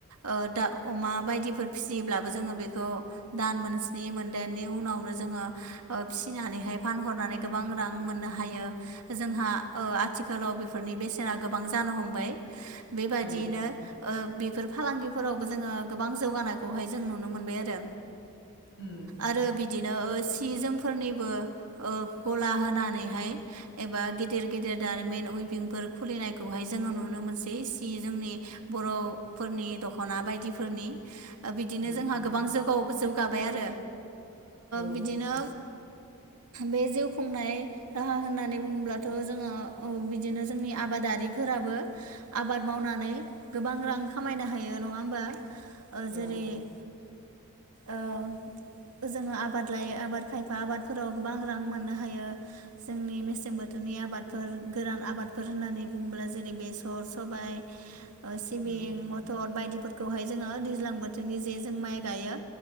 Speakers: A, on the right (about 80°); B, on the left (about 55°).
A: ओ दाउ अमा बायदिफोर फिसियोब्लाबो जोङो बेखौ दान मोनस्नि मोनदाइनि उनावनो जोङो ओ फिसिनानैहाय फानहरनानै गोबां रां मोननो हायो जोंहा ओ आथिखालाव बेफोरनि बेसेना गोबां जानो हमबाय बेबायदियैनो
B: औ
A: ओ बेफोर फालांगिफोरावबो जोङो गोबां जौगानाय खौहाय जों नुनो मोनबाय आरो
B: होम
A: आरो बिदिनो ओ सि जोमफोरनिबो ओ गला होनानैहाय एबा गेदेर गेदेर दारिमिन उइभिंफोर खुलिनायखौहाय जोङो नुनो मोनसै सि जोमनि बर'फोरनि दख'ना बायदिफोरनि बिदिनो
B: उम
A: जोंहा गोबां जौ औ जौगाबाय आरो
B: औ
A: बिदिनो बे जिउ खुंनाय राहा होननानै बुङोब्लाथ' जोङो ओ बिदिनो जोंनि आबादारिफोराबो आबाद मावनानै गोबां रां खामायनो हायो नङा होमबा ओ
B: औ
A: जेरै ओ जोंहा आबाद लायै आबाद खायफा आबाद फोराव गोबां रां मोननो हायो। जोंनि मेसें बोथोरनि आबादफोर गोरान आबादफोर होननानै बुङोब्ला जेरै बेसर सबाइ ओ सिबिं
B: उम
A: मथर बायदिफोरखौहाय जोङो दैज्लां बोथोर <unintelligible> जे जों माइ गायो